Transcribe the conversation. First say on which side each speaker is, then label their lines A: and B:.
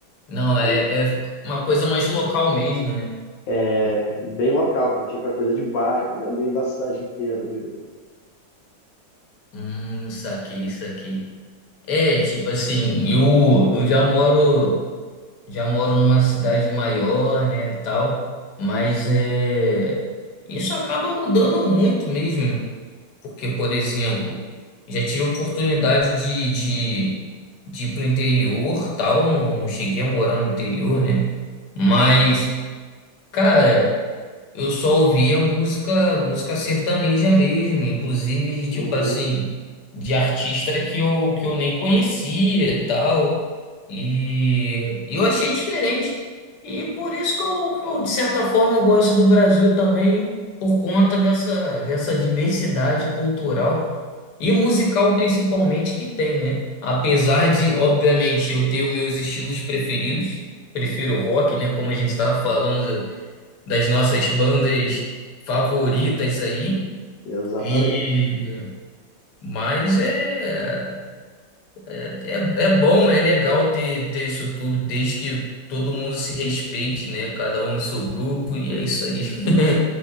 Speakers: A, on the left (about 65°); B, on the left (about 85°).
A: Não,
B: Aí
A: é, é uma coisa mais local mesmo, né?
B: é bem local, que é tipo a coisa de bairro, não é nem da cidade inteira direito.
A: Hum, saquei, saquei. É, tipo assim, eu, eu já moro, já moro numa cidade maior, né, tal, mas é, isso acaba mudando muito mesmo, porque, por exemplo, já tive oportunidade de, de, de ir pro interior, tal, não, não cheguei a morar no interior, né, mas, cara... Eu só ouvia música, música sertaneja mesmo, inclusive de tipo
B: Uhum.
A: assim, de artista que eu, que eu nem conhecia e tal. E e eu achei diferente. E por isso que eu, que eu, de certa forma, eu gosto do Brasil também, por conta dessa, dessa diversidade cultural e musical principalmente que tem, né? Apesar de, obviamente, eu ter os meus estilos preferidos, prefiro rock, né? Como a gente estava falando das nossas bandas favoritas aí.
B: Exatamente.
A: E mas é, é, é bom, é legal ter, ter isso tudo, desde que todo mundo se respeite, né? Cada um no seu grupo, e é isso aí. <laughs>